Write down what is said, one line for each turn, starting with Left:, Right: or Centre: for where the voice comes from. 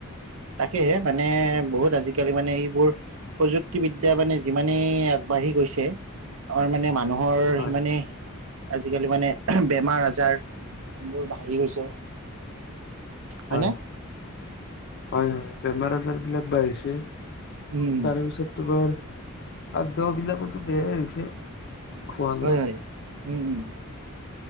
Right: তাকেহে মানে বহুত আজিকালি মানে এইবোৰ প্ৰযুক্তিবিদ্যা মানে যিমানেই আগবাঢ়ি গৈছে আমাৰ মানে মানুহৰ
Left: হয়
Right: সিমানে আজিকালি মানে বেমাৰ আজাৰ এইবোৰ বাঢ়ি গৈছে। হয়নে
Left: হয় হয় হয়, বেমাৰ আজাৰ বিলাক বাঢ়িছে।
Right: উম
Left: তাৰেপিছত তোমাৰ আদদহ বিলাকোতো বেয়াই হৈছে। খোৱা লোৱা
Right: হয় হয়, উম উম।